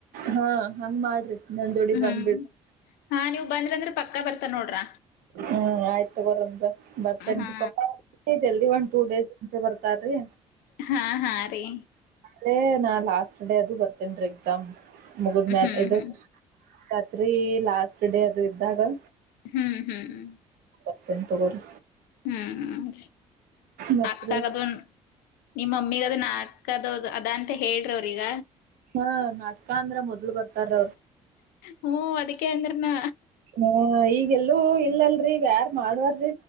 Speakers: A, on the right (about 65°); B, on the left (about 70°).
A: ಹಾ ಹಂಗ್ ಮಾಡ್ರಿ ನಂದೋಡಿ ಬಂದ್
B: ಹ್ಮ್
A: ಬಿಿಡ್ <inaudible>
B: ಹಾ ನೀವ್ ಬಂದ್ರಂದ್ರ ಪಕ್ಕ ಬರ್ತಾ ನೋಡ್ರ
A: ಹ್ಮ್ ಆಯ್ತ ತಗೋರಂದ್ರ ಬತ್ತಂ
B: ಹಾ
A: ಪ ಜಲ್ದಿ ಒಂದ ಟೂ ಡೇಸ್ ಮುಂಚೆ ಬರ್ತಾರ್ರಿ
B: ಹಾ ಹಾ ರೀ
A: ಲೇ ನಾ ಲಾಸ್ಟ್ ಡೇ ಅದು ಬರ್ತೇನ್ ರೀ ಎಕ್ಸಾಮ್ ಮುಗಿದ ಮೇಾಲ
B: ಹ್ಮ್
A: ಇದು
B: ಹ್ಮ್
A: ಖಾತ್ರಿ ಲಾಸ್ಟ್ ಡೇ ಅದು ಇದ್ದಾಗ
B: ಹ್ಮ್ ಹ್ಮ್್ಮ
A: ಅತ್ಯಂತ ಗರು
B: ಹ್ಮ್
A: ಮತ್ರಿ
B: ಅಕ್ಕಾ ಕದ ನೀ ಮಮ್ಮಿ ಕದ ನ ದೌದು ಅದ ಅಂತ ಹೇಳ್ರಿ ಅವ್ರೀಗ
A: ಹ ನಾಕ ಅಂದ್ರ ಮೊದ್ಲು ಬರ್ತ <inaudible>
B: ಹ್ಮ ಅದಕ್ಕೆ ಅಂದ್ರನ
A: ಹ ಈಗೆಲ್ಲ ಇಲ್ಲಲ್ರಿಗ ಯಾರಾರ್ ಮಾಡುವಾರ